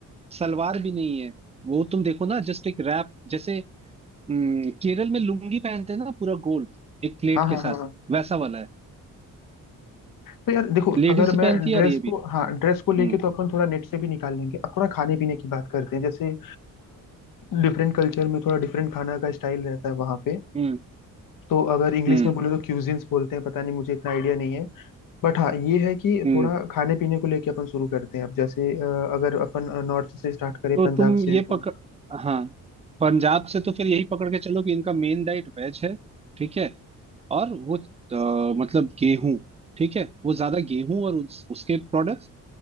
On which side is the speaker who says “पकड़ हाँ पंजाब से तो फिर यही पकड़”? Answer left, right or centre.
Right